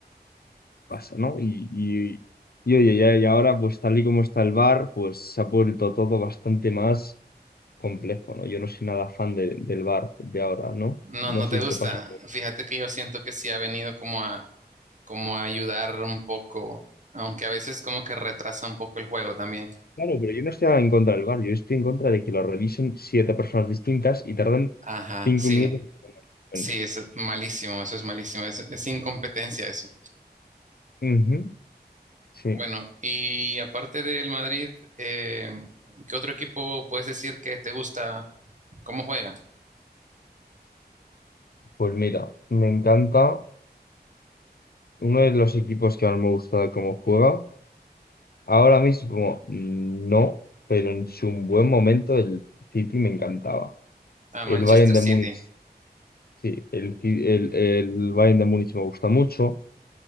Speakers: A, on the left; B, on the right.
A: pasa, ¿no? Y, y, y oye, ya, y ahora, pues tal y como está el bar pues se ha vuelto todo bastante más complejo, ¿no? Yo no soy nada fan de- del bar de ahora, ¿no?
B: No,
A: No
B: no
A: sé
B: te
A: si
B: gusta.
A: te pasa.
B: Fíjate que yo siento que sí ha venido como a, como a ayudar un poco, aunque a veces como que retrasa un poco el juego también.
A: Claro, pero yo no estoy en contra del VAR, yo estoy en contra de que lo revisen siete personas distintas y tardan
B: Ajá,
A: cinco
B: sí.
A: minutos en tomar una decisión.
B: Sí, eso es malísimo, eso es malísimo, es, es incompetencia eso.
A: Ujú, Sí,
B: Bueno, y aparte del Madrid, eh, ¿qué otro equipo puedes decir que te gusta? ¿Cómo juega?
A: pues mira, me encanta uno de los equipos que más me gusta de cómo juega. Ahora mismo mm, no, pero en su buen momento el City me encantaba.
B: A
A: El
B: Manchester
A: Bayern de
B: City.
A: Múnich, sí, el, Ci- el, el Bayern de Múnich me gusta mucho.